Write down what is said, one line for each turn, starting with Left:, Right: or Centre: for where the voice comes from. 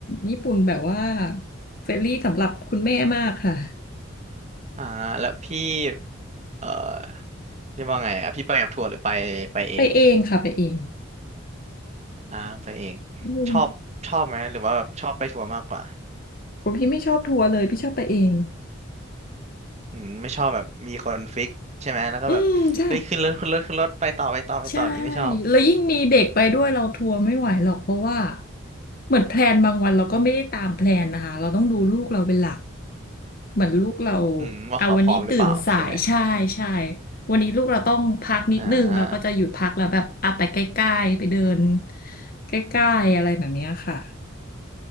Left: ญี่ปุ่นแบบว่าเฟรนลี่สำหรับคุณแม่มากค่ะ
Right: อ่าแล้วพี่เอ่อเรียกว่าไงอ่ะพี่ไปกับทัวร์หรือไปไปเอง
Left: ไปเองค่ะไปเอง
Right: อ่าไปเอง
Left: อืม
Right: ชอบชอบไหมหรือว่าแบบชอบไปทัวร์มากกว่า
Left: ผมพี่ไม่ชอบทัวร์เลยพี่ชอบไปเอง
Right: อืมไม่ชอบแบบมีคนฟิกใช่ไหมแล้วก็แบบเฮ้ยขึ้นรถขึ้นรถขึ้นรถไปต่อไปต่อไปต่ออย่างนี้ไม่ชอบ
Left: อืมใช่ ใช่แล้วยิ่งมีเด็กไปด้วยเราทัวร์ไม่ไหวหรอกเพราะว่าเหมือนแพลนบางวันเราก็ไม่ได้ตามแพลนนะคะเราต้องดูลูกเราเป็นหลักเหมือนลูกเรา
Right: อืมว่าเขาพร้อมหรือเปล่าใช่ไหม
Left: เอาวันนี้ตื่นสายใช่ใช่วันนี้ลูกเราต้องพักนิดนึงเราก็จะหยุดพักแล้วแบบอ่ะไปใกล้ๆไปเดิน
Right: อ่า
Left: ใกล้ๆอะไรแบบเนี้ยค่ะ